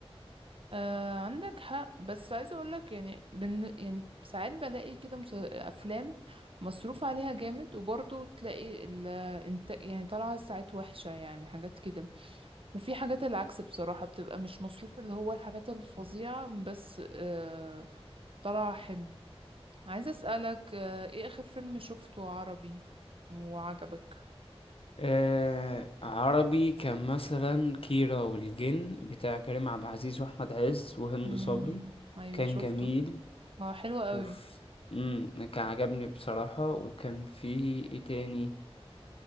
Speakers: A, on the right; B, on the left.
A: آه عندك حق بس عايزة اقولك يعني بن يعني ساعات بلاقي كده مس... افلام مصروف عليها جامد وبرضه تلاقي ال... انت... يعني طالعة ساعات وحشة يعني حاجات كده وفي حاجات العكس بصراحة بتبقى مش مصروف اللي هو الحاجات الفظيعة بس آه طلع حلو عايزة أسألك آه ايه آخر فيلم شفته عربي وعجبك
B: آه عربي كان مثلا كيرة والجن بتاع كريم عبد العزيز واحمد عز وهند
A: امم
B: صبري
A: ايوه
B: كان
A: شفته
B: جميل
A: اه حلو قوي
B: وف... مم، كان عجبني بصراحة وكان في ايه تاني